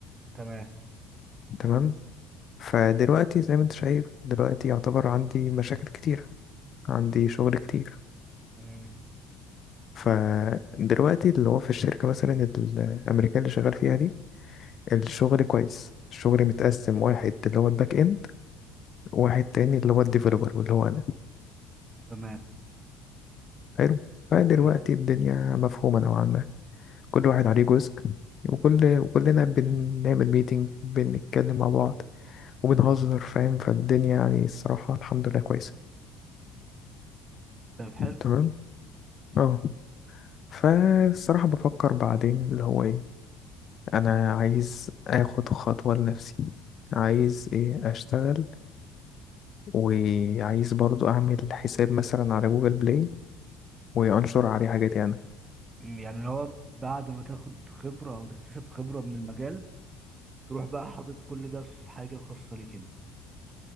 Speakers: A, on the right; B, on the left.
A: تمام
B: تمام فدلوقتي زي ما انت شايف دلوقتي يعتبر عندي مشاكل كتير عندي شغل كتير
A: امم
B: فدلوقتي اللي هو في الشركة مثلا الأمريكان اللي شغال فيها دي الشغل كويس الشغل متقسم واحد اللي هو الباك إند وواحد تاني اللي هو الديفلوبر واللي هو أنا
A: تمام
B: حلو فدلوقتي
A: حلو
B: الدنيا مفهومة نوعا ما كل واحد عليه جزء وكل وكلنا بنعمل ميتنج بنتكلم مع بعض وبنهزر فاهم فالدنيا يعني الصراحة الحمد لله كويسة
A: طب حلو
B: تمام اه فالصراحة بفكر بعدين اللي هو ايه انا عايز اخد خطوة لنفسي عايز ايه اشتغل وعايز برضو اعمل حساب مثلا على جوجل بلاي وانشر عليه حاجاتي انا
A: مم، يعني اللي هو بعد ما تاخد خبرة أو تكتسب خبرة من المجال تروح بقى حاطط كل ده في حاجة خاصة ليك أنت